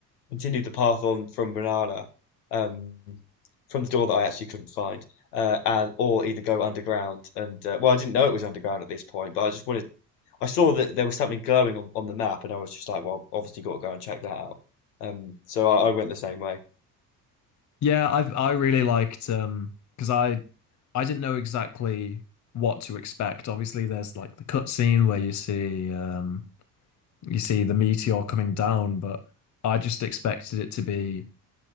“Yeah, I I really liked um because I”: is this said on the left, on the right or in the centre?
Left